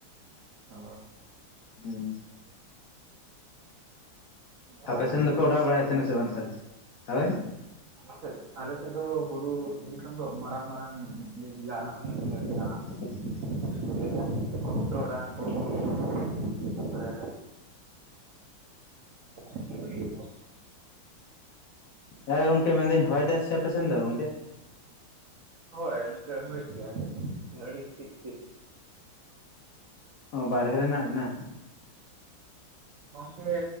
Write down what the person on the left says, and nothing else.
ᱦᱩᱸ᱾
ᱟᱯᱮ ᱥᱮᱱ
ᱫᱚᱯᱮ
ᱚᱰᱟᱣ
ᱵᱟᱲᱟᱭᱮᱫ
ᱛᱟᱦᱮᱱᱟ ᱥᱮ ᱵᱟᱝ ᱛᱟᱦᱞᱮ ᱦᱳᱭ?
<unintelligible>
ᱦᱮᱸ ᱜᱚᱝᱠᱮ ᱢᱮᱱᱫᱟᱹᱧ ᱦᱚᱭ ᱫᱟᱭ ᱥᱮ ᱟᱯᱮᱥᱮᱱ ᱫᱚ ᱜᱚᱝᱠᱮ?
ᱚ ᱵᱟᱨᱦᱮ ᱨᱮ ᱦᱮᱱᱟᱜ ᱵᱤᱱᱟ?